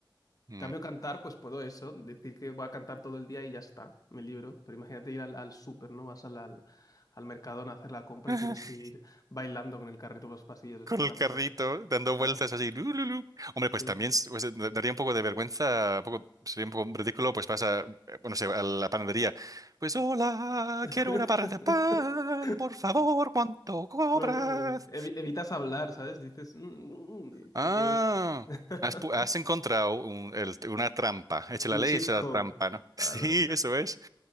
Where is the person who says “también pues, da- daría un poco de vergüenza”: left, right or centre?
Right